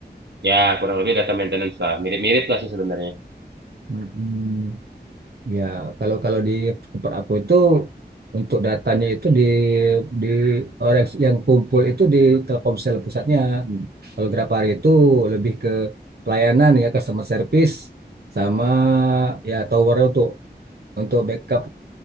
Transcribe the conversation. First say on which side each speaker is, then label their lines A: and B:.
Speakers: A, on the right (about 80°); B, on the right (about 65°).
A: Ya kurang lebih data maintenance lah, mirip-mirip lah sih sebenarnya.
B: Mm-mm. Ya, kalau kalau di tempat aku itu untuk datanya itu di di orang yang kumpul itu di Telkomsel pusatnya. Kalau Grapari itu lebih ke pelayanan ya customer service sama ya tower untuk untuk backup